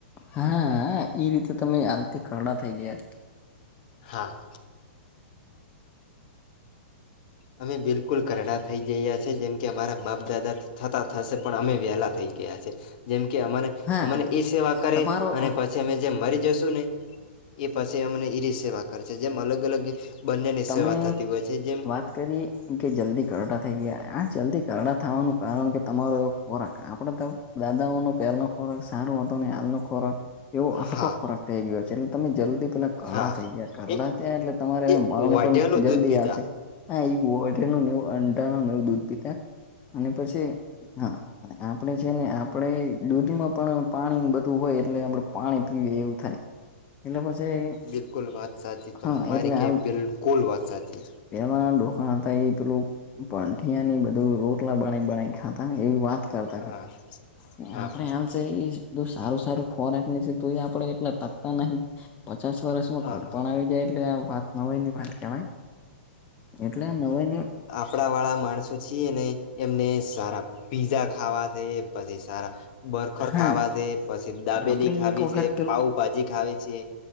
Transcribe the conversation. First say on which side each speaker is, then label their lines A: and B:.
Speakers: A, on the left; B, on the left.
A: હા એ રીતે તમે હાલથી ખરડા થઈ ગયા.
B: હા. અમે બિલકુલ કરડા થઈ <unintelligible> જેમ કે અમારા બાપ દાદા. થતા થશે પણ અમે વહેલા થઈ ગયા છે, જેમકે અમારે.
A: હા
B: મને એ સેવા કરે
A: તમારો
B: અને પછી. અમે જેમ મરી જશુ ને એ પછી અમને એ <unintelligible> સેવા કરશે જેમ અલગ અલગ. બંનેની
A: તમે
B: સેવા થતી હોય છે, જેમ.
A: <unintelligible> કરી કે જલ્દી કરડા થઈ ગયા આ જલ્દી કરડા થવાનું કારણ કે તમારો એવો ખોરાક આપણે તો. દાદાઓ ન પહેલનો ખોરાક સારો હતો ને હાલનો ખોરાક. એવો હલકો
B: હા
A: ખોરાક થઈ ગયો છે, એટલે તમે જલ્દી પેલા કાઢા
B: હા
A: થઈ ગયા કરડા
B: એ
A: થયા એટલે તમારે
B: એ
A: એમ. પણ
B: વાઢિયાનું
A: જલ્દી
B: દૂધ પીતા
A: આવશે. હા એ બવાઢ નવું અંડા નવું દૂધ પીતા અને પછી હા. આપણે છે, ને આપણે દૂધમાં પણ પાણી બધું હોય એટલે આપણે પાણી પીએ એવું થાય. એટલે પછી.
B: બિલકુલ વાત સાચી
A: હા
B: તમારી
A: એટલે
B: કઈ
A: હાલ
B: બિલકુલ વાત સાચી.
A: પેલા <unintelligible> હતા એ પેંઠિયાની બધ રોટલા <unintelligible> ખાતા એ વાત. કરતાં
B: હા હા
A: આપણે.
B: હા
A: <unintelligible> એ જો સારું સારું ખોરાકને છે, તો એ આપડે એટલા તકતા નહ. પચાસ વર્ષમાં
B: હા
A: કડપણ
B: હા
A: આવી જાય એટલે આ વાત <unintelligible> વાત કેવાય એટલે નવાની.
B: કપડા વાળા માણસો છીએ ને એમને સારા પીઝા ખાવા છે, પછી સારા. બરખર
A: હા
B: ખાવા છે, પછી દાબેલી
A: આપડે
B: ખાવી
A: એક વખત
B: છે પાઉભાજી ખાવી છે.